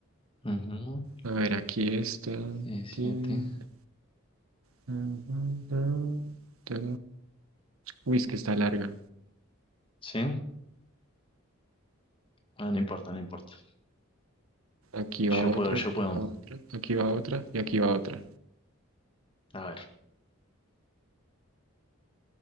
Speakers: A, on the left; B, on the right.
A: Ujú,
B: A ver, aquí está.
A: sí, siete.
B: tin, ta, ta, ta, ta. Uy, es que está larga.
A: ¿Sí? Ah, no importa, no importa.
B: Aquí va
A: Yo puedo,
B: otra,
A: yo puedo.
B: aquí va otra, aquí va otra y aquí va otra.
A: A ver,